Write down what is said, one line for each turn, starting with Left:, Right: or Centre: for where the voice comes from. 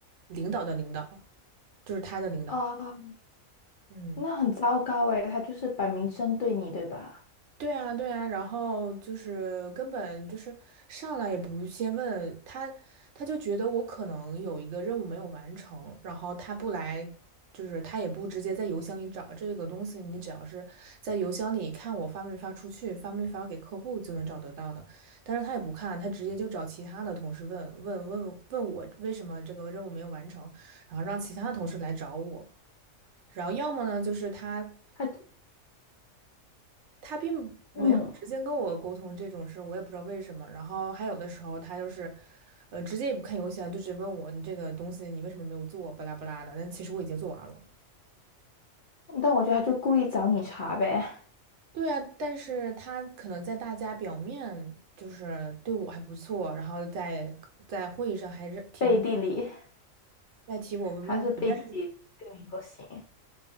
Right: 领导的领导，就是他的领导，
Left: 啊，
Right: 嗯。
Left: 那很糟糕诶，他就是摆明针对你，对吧？
Right: 对啊，对啊，然后就是根本就是上来也不先问他，他就觉得我可能有一个任务没有完成，然后他不来，就是他也不直接在邮箱里找这个东西，你只要是在邮箱里看我发没发出去，发没发给客户就能找得到的，但是他也不看，他直接就找其他的同事问问问问我为什么这个任务没有完成，然后让其他的同事来找我。然后要么呢，就是他
Left: 他，
Right: 他并没有直接跟我沟通这种事，
Left: 嗯，
Right: 我也不知道为什么。然后还有的时候他就是，呃，直接也不看邮箱，就直接问我你这个东西你为什么没有做，巴拉巴拉的。但其实我已经做完了。
Left: 但我觉得他就故意找你茬呗，
Right: 对啊，但是他可能在大家表面就是对我还不错，然后在在会议上还是提
Left: 背地里，
Right: 在提我问问题，
Left: 还是背地里对你不行。
Right: 但是